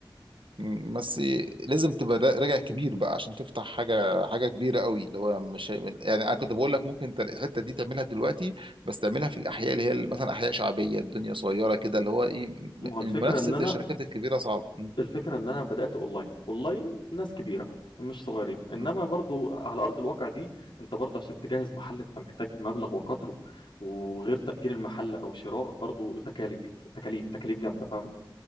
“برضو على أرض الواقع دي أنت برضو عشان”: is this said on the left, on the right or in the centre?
Left